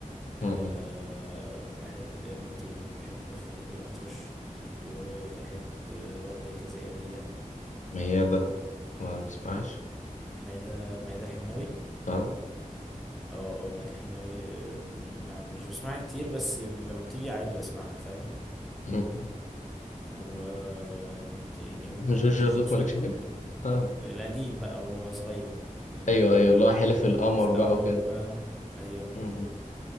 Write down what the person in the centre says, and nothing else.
أه
بحب مين تاني بحب فريد الأطرش وبحب وردة الجزائرية
مايدة مايدة الحناوي
اه اه مادة حناوي آه، يعني مش بسمعها كتير بس ب- لما بتيجي عادي بسمعها فاهم
ومين تاني قول معايا
جوجو
سوب
برضه
القديم بقى وهو صغير أه...
ليلة في القمر
بقى ايوه